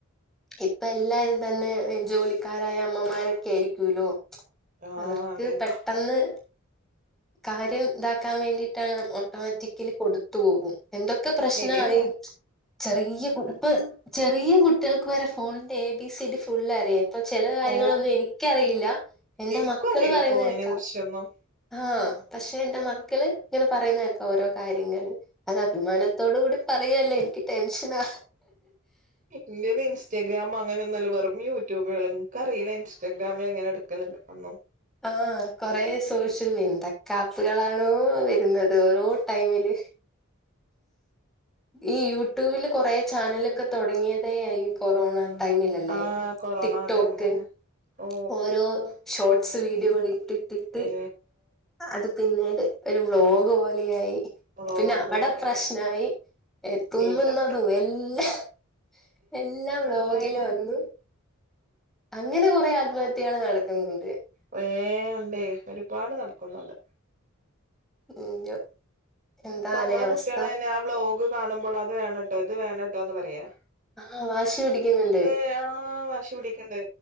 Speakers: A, in the centre; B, on the right (about 40°).
A: ഇപ്പൊ എല്ലാരും തന്നെ ജോലിക്കാരായ അമ്മമാരൊക്കെ ആയിരിക്കൂല്ലോ
B: ആഹ്
A: അവർക്ക്
B: അതന്നെ
A: പെട്ടെന്ന് കാര്യം ഇതാക്കാൻ വേണ്ടിയിട്ടാണ് ഓട്ടോമാറ്റിക്കലി കൊടുത്തു പോകും എന്തൊക്കെ പ്രശ്നമായി
B: ശരിയാണ്
A: ചെറിയ കു പ്പൊ ചെറിയ കുട്ടികൾക്ക് വരെ ഫോണിന്റെ A B C D full അറിയാൻ ഇപ്പൊ ചില കാര്യങ്ങളൊന്നും
B: ഓ
A: എനിക്കറിയില്ല എന്റെ
B: എനിക്കും
A: മക്കള്
B: അറിയില്ല
A: പറയുന്ന
B: ഫോണിനെ
A: കേക്കാ.
B: കുറിച്ചൊന്നും
A: ഹാ പക്ഷേ എന്റെ മക്കള് ഇങ്ങനെ പറയുന്ന കേക്കാം ഓരോ കാര്യങ്ങള്. അത് അഭിമാനത്തോട് കൂടി പറയല്ലേ എനിക്ക് ടെൻഷനാ
B: ഇന്റെൽ ഇസ്റ്റഗ്രാം അങ്ങനെ ഒന്നുല്ല വെറും യൂട്യൂബെള്ളൂ. ഇന്ക്ക് അറിയില്ല ഇൻസ്റ്റാഗ്രാമ് എങ്ങനെ എടുക്കൽ എന്നോ
A: ആഹ് കെറോസേഷ്യല് എന്തൊക്കെ ആപ്പുകളാണോ വരുന്നത് ഓരോ ടൈമില് ഈ യൂട്യൂബില് കൊറേ ചാനലൊക്കെ തുടങ്ങിയതേ ഈ കൊറോണ. ടൈമില്ലല്ലേ?
B: ആഹ് കൊറോണ
A: ടിക്ക്
B: ആ
A: ടോക്ക്
B: ടൈമിലെന്നെ ഓ
A: ഓരോ ഷോർട്സ് വീഡിയോകൾ ഇട്ടിട്ടിട്ട്
B: ഏ
A: അത് പിന്നീട് ഒരു വ്ലോഗ് പോലെ ആയി.
B: വ്ളോഗ്
A: പിന്നെ അവിടെ
B: പോലെ
A: പ്രശ്നായി എത്തു തിന്നുന്നതും
B: ഇവിടെ
A: എല്ലാം. എല്ലാം വ്ലോഗില്
B: അതാണ്
A: വന്നു അങ്ങനെ കൊറെ ആത്മഹത്യകൾ നടക്കുന്നുണ്ട്.
B: കെറേ ഉണ്ടേ ഒരുപാട് നടക്കുന്നുണ്ട്.
A: <unintelligible> എന്താലേ
B: ഇപ്പ നമ്മള
A: അവസ്ഥ
B: കുട്ടികള് തന്നെ ആ വ്ലോഗ് കാണുമ്പോൾ അത് വേണംട്ടോ ഇത് വേണംട്ടോ എന്ന് പറയാ
A: ആഹ് വാശി പിടിക്കുന്നുണ്ട്
B: ഇല്ലേ ആഹ് വാശി പിടിക്കണ്ട്